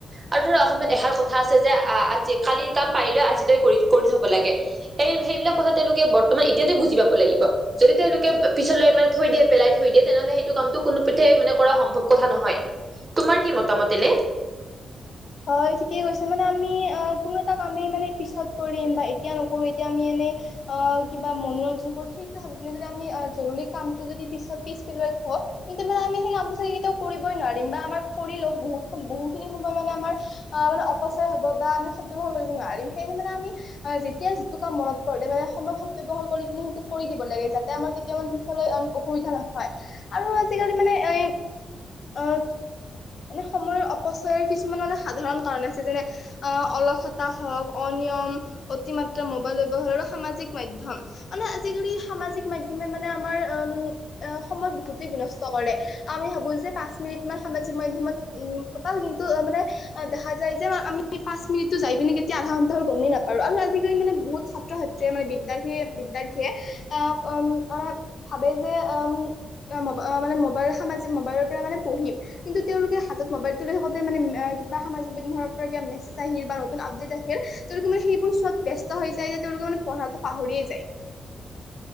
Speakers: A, on the right; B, on the left.
A: আৰু ধৰা অসমত এষাৰ কথা আছে যে, আ আ কালিৰ কাম পাৰিলে আজিলৈ- কৰি কৰি থব লাগে। সেই সেইবিলাক কথা তেওঁলোকে বৰ্তমান- তেতিয়াতো বুজি পাব লাগিব। যদি তেওঁলোকে পিছলৈ মানে থৈ দিয়ে পেলাই থৈ দিয়ে- তেনেহ'লে সেইটো কামটো কোনোপধ্যই মানে কৰা সম্ভৱ কথা নহয়, তোমাৰ কি মতামত এনে? <unintelligible>
B: হয়, ঠিকে কৈছে মানে আমি অ' কোনো এটা কামেই মানে পিছত কৰিম বা এতিয়া নকৰো, এতিয়া আমি এনে- অঁ, কিবা মনোৰঞ্জন কৰো, সেইটো যদি আমি জৰুৰী কামটো যদি পিছত পিছ পেলাই থওঁ- কিন্তু মানে আমি সেই কামটো চাগৈ কেতিয়াও কৰিবই নোৱাৰিম বা আমাৰ কৰি লওঁ, বহুত বহুতখিনি সময় মানে আমাৰ- অঁ, মানে অপচয়ৰ হব বা সদব্যৱহাৰ কৰিব নোৱাৰিম। সেই মানে আমি- অঁ, যেতিয়া যিটো কাম মনত পৰে মানে সময় সদ্ব্যৱহাৰ ব্যৱহাৰ কৰি কিনে সেইটো কৰি দিব লাগে যাতে আমাৰ- কাৰণ পিছলৈ অসুবিধা নহয় আৰু আজিকালি মানে এ আহ- মানে সময়ৰ অপচয়ৰ কিছুমান মানে সাধাৰণ কাৰণ আছে। যেনে- অঁ, অলসতা হওঁক, অনিয়ম, অতিমাত্ৰ মোবাইল ব্যৱহাৰ আৰু সামাজিক মাধ্যম- মানে আজিকালি সামাজিক মাধ্যমে মানে আমাৰ উম, সময় বহুতেই বিনষ্ট কৰে। আমি ভাবোঁ যে পাঁচ মিনিট মান সামাজিক মাধ্যমত উম কটাও। কিন্তু মানে- দেখা যায় যে আমি পাঁচ মিনিটতো যাই পিনে কেতিয়া আধা ঘণ্টা হয় গমেই নাপাওঁ আৰু আজিকালি মানে বহুত- সত্ৰ মানে বিদ্যাৰ্থীয়ে, বিদ্যাৰ্থীয়ে আহ উম মান ভাবে যে উম- অঁ, ম মানে মোবাইলৰ সামাজিক মোবাইলৰ পৰা মানে পঢ়িম। কিন্তু তেওঁলোকে হাতত মোবাইল তুলি থাকোতে মানে কিব সামাজিকৰ পৰা ক মেছেজ আহিল বা নতুন আপডেট আহিল- তেওঁলোকে মানে সেইবোৰ চোৱাত ব্যস্ত হৈ যায় যে তেওঁলোক মানে পঢ়াটো পাহৰিয়ে যায়।